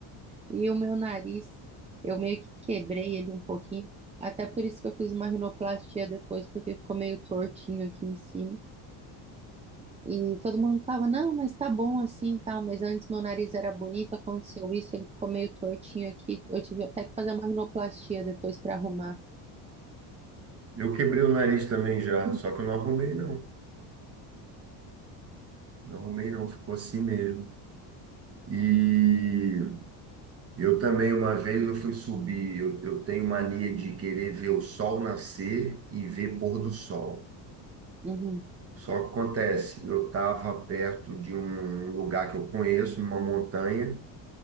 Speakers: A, on the right; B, on the right.
A: E o meu nariz, eu meio que quebrei ele um pouquinho. Até por isso que eu fiz uma rinoplastia depois, porque ficou meio tortinho aqui em cima. E todo mundo falava, não, mas tá bom assim e tal. Mas antes meu nariz era bonito, aconteceu isso, ele ficou meio tortinho aqui. Eu tive até que fazer uma rinoplastia depois para arrumar.
B: Eu quebrei o nariz também já, só que eu não arrumei, não. Não arrumei, não, ficou assim mesmo. E Eu também, uma vez eu fui subir, eu, eu tenho mania de querer ver o sol nascer e ver pôr do sol.
A: Uhum,
B: Só que acontece, eu estava perto de um lugar que eu conheço, numa montanha,